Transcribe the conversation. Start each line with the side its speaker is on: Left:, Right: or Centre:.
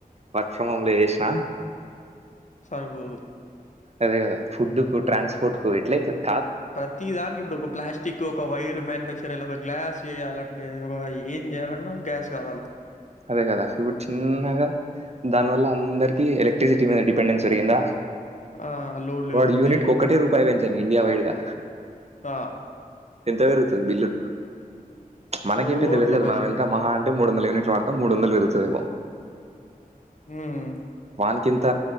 Right: వర్క్ ఫ్రమ్ హోమ్ లే చేసినా
Left: సరిపోదు
Right: అదే కదా ఫుడ్ కు ట్రాన్స్పోర్ట్ కు ఎట్లయితది
Left: ప్రతిదానికి ఇప్పుడు ఒక ప్లాస్టిక్ ఒక ఒక వైర్ మ్యానుఫ్యాక్చర్ అయ్యలా ఒక గ్లాస్ చేయాలంటే ఒక ఏం చేయాలన్న గ్యాస్ స్ వాలి
Right: అదే కదా ఇప్పుడు చిన్నగా దానివల్ల అందరికిీ ఎలక్ట్రిసిటీ మీద డిపెండెన్స్ పెరిగిందా
Left: ఆహ్, లోడ్లు
Right: వాడు
Left: పెరుగుతాయి.
Right: యూనిట్ కు ఒక్కటే రూపాయి పెంచం ఇండియా వైడ్గా
Left: అ
Right: ఎంత పెరుగుతది బిల్లు మనకేం
Left: కోట్ల
Right: పెద్ద పెరగదు
Left: పైసలు.
Right: మనం ఎంత మహాంటే మూడు వందల యూనిట్లు వాడతాం మూడు వందలు పెరుగుతదేమో
Left: ఉమ్
Right: వాన్ కింత